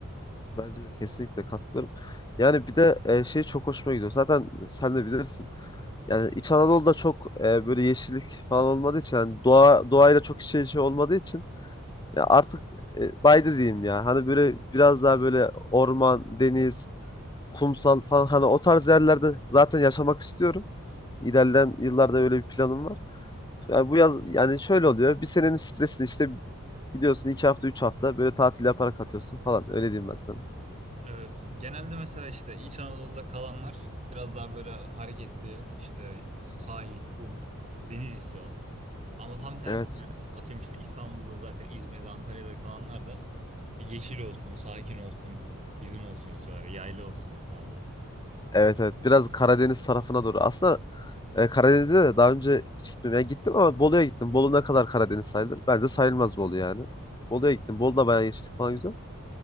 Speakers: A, on the left; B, on the right.
A: Bence de kesinlikle katılıyorum. Yani bir de e, şey çok hoşuma gidiyor. Zaten sen de bilirsin. Yani İç Anadolu'da çok e, böyle yeşillik falan olmadığı için yani doğa doğayla çok iç içe olmadığı için ya artık e, baydı diyeyim ya. Hani böyle biraz daha böyle orman, deniz, kumsal falan hani o tarz yerlerde zaten yaşamak istiyorum. İlerleyen yıllarda öyle bir planım var. Yani bu yaz yani şöyle oluyor. Bir senenin stresini işte gidiyorsun iki hafta üç hafta böyle tatil yaparak atıyorsun falan. Öyle diyeyim ben sana.
B: Evet, genelde mesela işte İç Anadolu'da kalanlar biraz daha böyle hareketli işte sahil, kum, deniz istiyorlar. Ama tam tersine
A: Evet.
B: atıyorum işte İstanbul'da zaten İzmir'de, Antalya'da kalanlar da yeşil olsun, sakin olsun, bizim olsun istiyorlar. Yaylı olsun hesabı.
A: Evet evet. Biraz Karadeniz tarafına doğru. Aslında e, Karadeniz'e de daha önce hiç gitmedim. Yani gittim ama Bolu'ya gittim. Bolu ne kadar Karadeniz sayılır? Bence sayılmaz Bolu yani. Bolu'ya gittim. Bolu'da bayağı geçtik falan güzel.